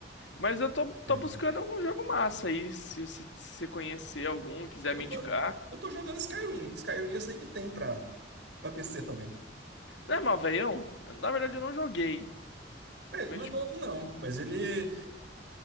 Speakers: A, on the left; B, on the right.
A: Mas eu tô,
B: Tempo.
A: tô buscando algum jogo massa aí, se você se você conhecer algum, quiser
B: Eu
A: me
B: tô,
A: indicar.
B: eu tô jogando Skyrim. Skyrim eu sei que tem pra, pra PC também.
A: Não é mal, velhão? Na verdade eu não joguei,
B: É, ele
A: mas
B: não
A: tipo,
B: é novo, não, mas ele